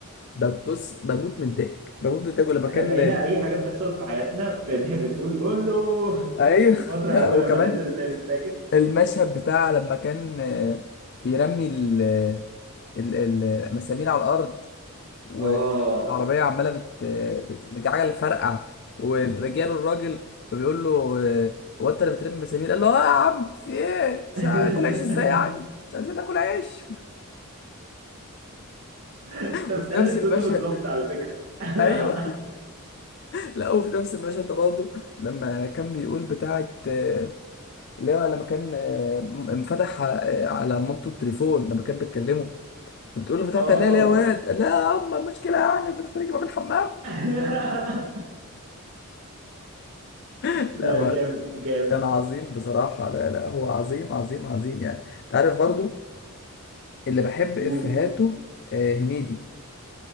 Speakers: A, on the left; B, on the right.
A: ببص بموت من الضحك بموت من الضحك ولما
B: احنا
A: كان
B: بقينا اي حاجه بتحصل في حياتنا ب- ب- بنقول قول له
A: ايوه
B: الفتره
A: <laughs> لا
B: اول
A: وكمان
B: لما نزل الفيلم فاكر
A: المشهد بتاع لما كان آه، بيرمي ال آه، ال- ال- المسامير على الأرض والعربية
B: اه
A: عمالة بت آه، بت- عجلة فرقع ولجاله الراجل فبيقول له آه، هو أنت اللي بترمي مسامير؟ قال له آه يا عم في إيه؟ مش
B: <laughs>
A: هاكل عيش إزاي يعني؟ مش عايزين ناكل عيش
B: انت
A: <laughs>
B: بتقلد
A: وفي نفس المشهد
B: صوته بالظبط
A: ده
B: على فكرة <laughs>
A: أيوه <laughs> لا وفي نفس المشهد ده برضه لما كان بيقول بتاعة آه، اللي هو لما كان آه، م- انفتح آه، على مامته التليفون لما كان بيتكلموا بتقول له فتحت
B: اه
A: عليها ليه يا واد قال لا يا عم مشكلة يعني فتحت عليك باب الحمام
B: <laughs>
A: <laughs> لا
B: لا
A: هو
B: جامد جامد
A: كان عظيم بصراحة لا لا هو عظيم عظيم عظيم يعني انت عارف برضو اللي بحب
B: قول
A: افهاته آه هنيدي